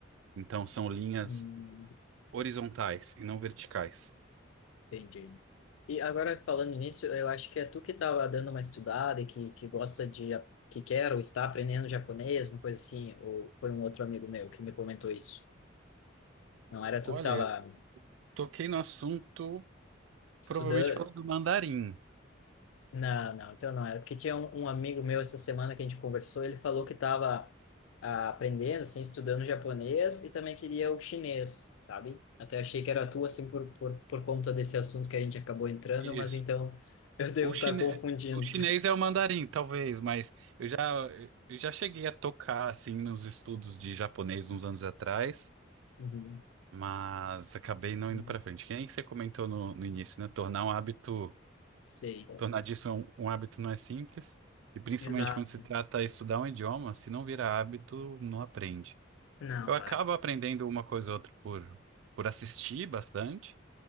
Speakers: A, on the right (about 75°); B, on the left (about 85°).
A: Então são linhas
B: uhum,
A: horizontais e não verticais.
B: entendi. E agora, falando nisso, eu acho que é tu que estava dando uma estudada e que, que gosta de... a- que quer ou está aprendendo japonês, uma coisa assim, ou foi um outro amigo meu que me comentou isso. Não era tu
A: Olha,
B: que tava
A: toquei no assunto
B: estudando...
A: provavelmente falando do mandarim.
B: Não, não, então não era. Porque tinha um, um amigo meu essa semana que a gente conversou, ele falou que estava aprendendo, assim, estudando japonês e também queria o chinês, sabe? Até achei que era tu, assim, por, por, por conta desse assunto que a gente acabou entrando,
A: Isso.
B: mas então <laughs> eu devo
A: O
B: estar
A: chine...
B: confundindo.
A: o chinês é o mandarim, talvez, mas eu já, eu já cheguei a tocar assim nos estudos de japonês uns anos atrás,
B: Uhum,
A: mas acabei não
B: uhum.
A: indo pra frente. Que nem você comentou no, no início, né? Tornar um hábito,
B: Sei.
A: tornar disso um, um hábito não é simples, e principalmente
B: Exato.
A: quando se trata de estudar um idioma, se não vira hábito, não aprende.
B: Não,
A: Eu acabo
B: vai.
A: aprendendo uma coisa ou outra por, por assistir bastante,